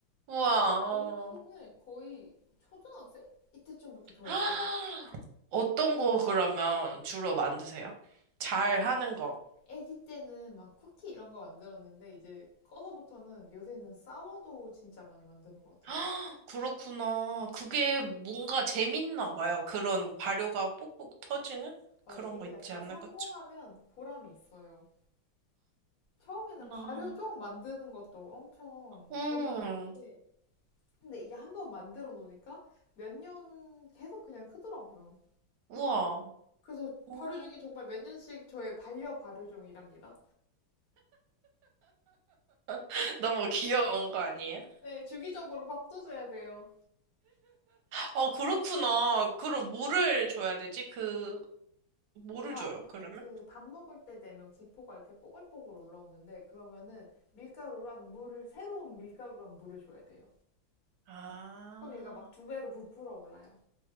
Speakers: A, on the right; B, on the left.
A: 우와.
B: 제가 베이킹을 거의 초등학생? 이때쯤부터 좋아했어요.
A: <gasps> 어떤 거 그러면 주로 만드세요? 잘
B: 막
A: 하는 거.
B: 아기 때는 막 쿠키 이런 거 만들었는데 이제 커서부터는 요새는 싸워도 진짜 많이 만드는 것 같아요.
A: <gasps> 그렇구나. 그게 뭔가 재밌나 봐요. 그런 발효가 뽁뽁 터지는
B: 맞아요.
A: 그런
B: 이게
A: 거 있지
B: 약간
A: 않나,
B: 성공하면
A: 그쵸?
B: 보람이 있어요. 처음에는
A: 나.
B: 발효종 만드는 것도 엄청
A: 음,
B: 고생했는데 근데 이게 한번 만들어 놓으니까 몇 년 계속 그냥 크더라고요.
A: 우와.
B: 그래서
A: 오.
B: 발효종이 정말 몇 년씩 저의 반려 발효종이랍니다.
A: <laughs> 너무 귀여운 거 아니에요?
B: 네, 주기적으로 밥도 줘야 돼요.
A: 아, 그렇구나. 그럼 뭐를 줘야 되지? 그, 뭐를
B: 얘가
A: 줘요, 그러면?
B: 그 밥 먹을 때 되면 기포가 이렇게 뽀글뽀글 올라오는데 그러면은 밀가루랑 물을 새로운 밀가루랑 물을 줘야 돼요.
A: 아,
B: 그럼 얘가 막 두 배로 부풀어 올라요.